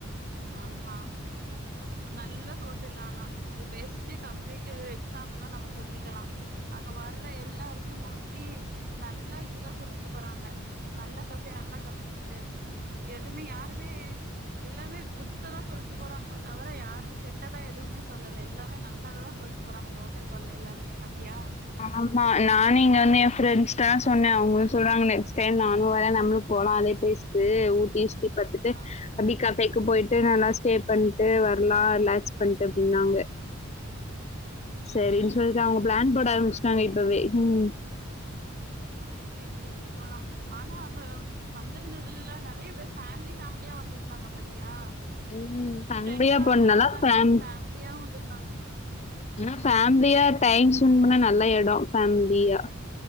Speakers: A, on the right (about 45°); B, on the left (about 35°).
A: ஆமா நல்ல ஹோட்டல் ஆனா த பெஸ்ட் கஃபேக்கு எக்ஸாம்பிளா நம்ம சொல்லிக்கலா அங்க வர்ற எல்லாருமே மோஸ்ட்லி நல்ல இதுதா சொல்ட்டு போறாங்க நல்ல கஃபே நல்ல கஃபேன்ட்டு எதுமே யாருமே எல்லாருமே குட்ஸதா சொல்ட்டு போறாங்க தவர யாருமே கெட்டதே எதுமே சொல்லல எல்லாமே நல்லததா சொல்ட்டு போறாங்க இந்த ஹோட்டலுக்கு வந்த எல்லாருமே பாத்தியா
B: ஆமா நானு இங்க வந்து எ ஃப்ரெண்ட் ஸ்ட்டலா சொன்ன அவங்களு சொல்றாங்கனு செரி நானு வரே நம்ளு போலா அதே பிளேஸ்க்கு ஊட்டி சுத்தி பாத்துட்டு
A: ஆ
B: அப்டியே கஃபே க்கு போய்ட்டு நல்லா ஸ்டே பண்ட்டு வர்லா ரிலாக்ஸ் பண்ட்டு அப்டின்னாங்க சரின்னு
A: ஓகே
B: சொல்ட்டு அவுங்க பிளான் போட ஆரம்பிச்ட்டாங்க இப்பவே ம்
A: சேரி சேரி கூட்டுட்டு போலா ஆனா அங்க வந்திருந்ததுல்ல நெறைய பேர் ஃபேமிலி ஃபேமிலியா வந்துருந்தாங்க பாத்தியா
B: ம் ஃபேமிலியா
A: ஃபிரெண்ட்ஸாவு
B: போனதுனால
A: வந்திருந்தாங்க
B: ஃபேம்
A: ஃபேமிலியாவு வந்திருந்தாங்க
B: ஆனா ஃபேம்லியா டைம் ஸ்பெண்ட் பண்ண நல்ல எட ஃபேமிலியா